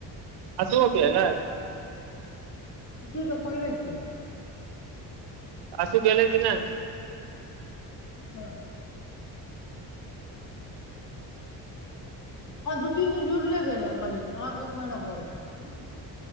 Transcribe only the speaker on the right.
अशुओ के ऐलै
आंसु के एले की नहि